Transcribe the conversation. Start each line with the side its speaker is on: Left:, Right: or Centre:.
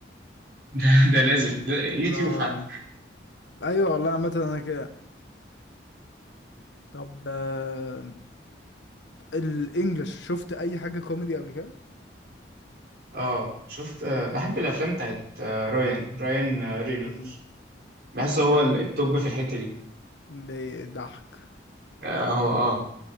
Right: ده, ده لازم ده يوتيوب
Left: اه
Right: حتى
Left: ايوه والله عامة انا كده طب آه الانجليش شفت اي حاجة كوميدي قبل كده؟
Right: اه شفت آه، بحب الافلام بتاعت آه، رايان رايان آه، رينولدز
Left: امم
Right: بحس هو
Left: يعني
Right: ال- التوب في الحته دي
Left: بيضحك
Right: اه هو اه